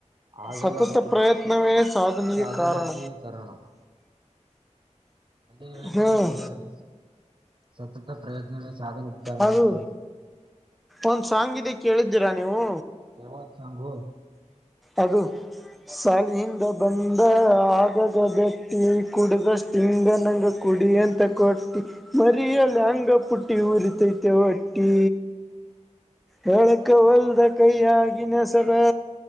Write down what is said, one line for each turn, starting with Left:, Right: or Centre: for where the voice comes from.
Right: ಆಗಲ್ಲ
Centre: ಸತತ
Right: ಬೋ
Centre: ಪ್ರಯತ್ನವೇ ಸಾಧನೆಗೆ
Right: ಸಾಧನಕ್ಕೆ
Centre: ಕಾರಣ
Right: ಕಾರಣ. ಅದೇ ಹೇಳಿದಾರಲ್ಲ
Centre: ಹ್ಮ್
Right: ಹಿರಿಯರು ಸತತ ಪ್ರಯತ್ನವೇ ಸಾಧನೆಗೆ ಕಾರಣ
Centre: ಅದು
Right: ಅಂತ.
Centre: ಒಂದ್ ಸಾಂಗಿದೆ ಕೇಳಿದ್ದೀರಾ ನೀವು.
Right: ಯಾವಾದ್ ಸಾಂಗು.
Centre: ಅದು ಸಾಲಿಯಿಂದ ಬಂದ ಆಗಾಗ ಬೇಟ್ಟಿ ಕುಡ್ದಷ್ಟ್ ಹಿಂಗ ನಂಗ ಕುಡಿ ಅಂತ ಕೊಟ್ಟಿ ಮರಿಯ ಲ್ಯಾಂಗ್ ಪುಟ್ಟಿ ಊರಿತೈತೆ ಒಟ್ಟಿ. ಹೇಳಕ ಹೊಲ್ದ ಕೈ ಆಗಿನ ಸರಾ.